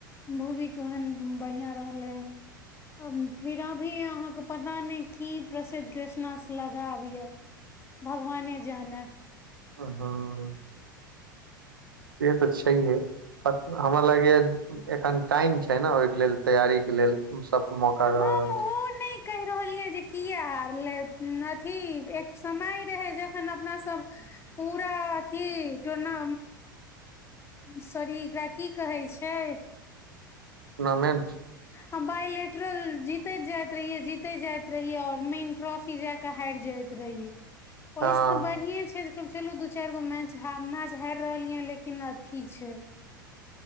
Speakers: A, on the left; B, on the right.
A: भूविके ओहन बढ़िया रहले हन फिर अभी अहाँके पता नहि की प्रसिद्ध कृष्णा लगाव यऽ भगवाने जाने
B: हँ सेह त छैहे हमरा लागैया एखन टाइम छै ने ओहिके लेल तैयारीक के लेल उ सब मौका
A: हम
B: रह
A: ओ
B: रहल
A: नहि कहि रहलियै जे किया हारलै अथी एक समय रहै जखन अपना सब पूरा अथी टूना सॉरी एकरा की कहै छै
B: टूनामेंट
A: आ बाइलेटरल जीतैत जाइत रहिये जीते जाइत रहिये और मेन ट्रॉफी जय के हारि जाइत रहियै
B: हँ
A: ओहिस तऽ बढ़िए छै चलू दू चारि गो मैच मैच हारि रहलिय लेकिन अथी छै